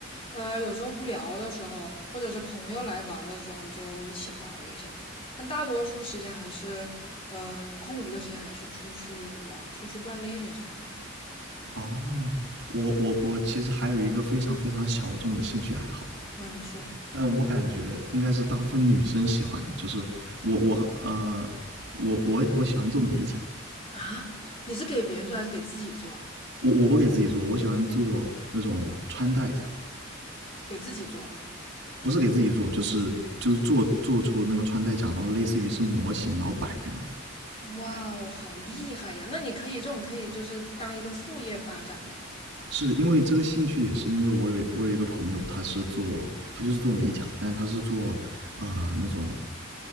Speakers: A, on the left (about 30°); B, on the right (about 55°).
A: 呃，有时候无聊的时候，或者是朋友来玩儿的时候，就一起玩儿一下。但大多数时间还是，嗯、空余的时间还是出去玩儿出去锻炼一下那种。
B: 哦，我我我其实还有一个非常非常小众的兴趣爱好，
A: 那你说
B: 但我感觉应该是大部分女生喜欢的，就是我我呃我我我喜欢做美甲，
A: 啊？你是给别人做还是给自己做啊？
B: 我我不给自己做，我喜欢做那种穿戴甲，
A: 给自己做。
B: 不是给自己做，就是就是做做出那个穿戴甲，然后类似于是模型，然后摆在那。
A: 哇哦，好厉害呀！那你可以这种可以就是当一个副业发展呢。
B: 是因为这个兴趣，也是因为我有我有一个朋友，他是做他就是做美甲，但是他是做啊、呃那种